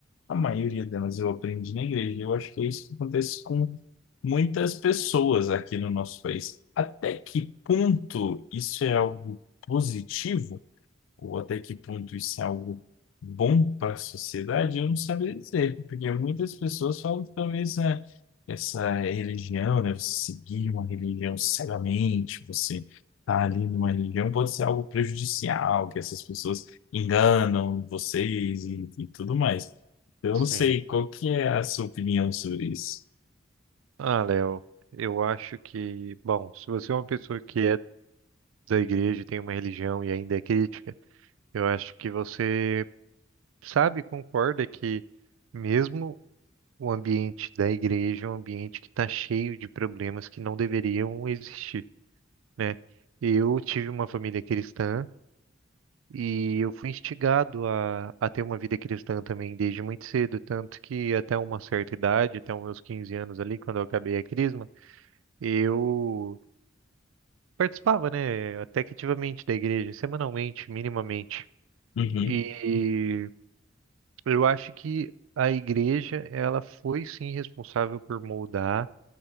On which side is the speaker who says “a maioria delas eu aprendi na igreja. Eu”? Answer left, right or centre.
Left